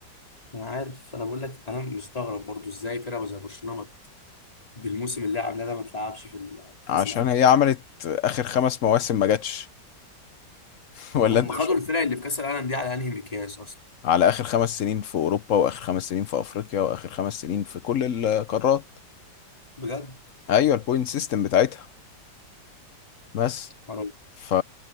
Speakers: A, on the left; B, on the left.
A: انا عارف انا بقول لك انا مستغرب برضو ازاي فرقه زي برشلونه ما- بالموسم اللي عاملاه ده ما تلعبش في ال- في
B: عشان
A: كاس العالم
B: هي عملت آخر خمس مواسم ما جاتش <laughs> ولا
A: هم
B: أنت
A: خدوا
B: مش واخد-
A: الفرق اللي في كاس العالم دي على انهي مقياس اصلا
B: على آخر خمس سنين في أوروبا وآخر خمس سنين في أفريقيا وآخر خمس سنين في كل القارات
A: بجد
B: أيوة البوينت سيستم بتاعتها بس
A: معرفش.
B: ف...